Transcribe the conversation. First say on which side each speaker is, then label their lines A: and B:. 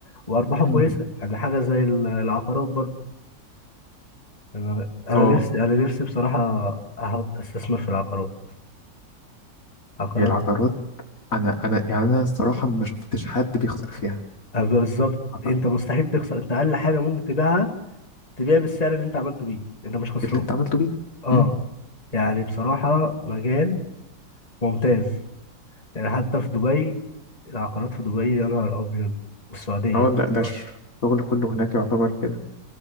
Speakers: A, on the left (about 20°); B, on the left (about 50°).
A: وارباحه
B: امم
A: كويسة يعني حاجة زي ال- العقارات برضه انا انا
B: اه
A: نفسي انا نفسي بصراحة احط استثمر في العقارات عقارات
B: هي العقارات انا انا يعني انا الصراحه ما شفتش حد بيخسر فيها
A: آه، بالظبط
B: عارفة؟
A: انت مستحيل تخسر انت اقل حاجة ممكن تبيعها تبيع بالسعر اللي انت عملته بيه انت مش خسران
B: اللي انت عملته بيه
A: اه
B: امم
A: يعني بصراحة مجال ممتاز يعني حتى في دبي العقارات في دبي يا نهار ابيض والسعوديه
B: اه لا ده
A: دلوقتي.
B: الشغل كله هناك يعتبر كده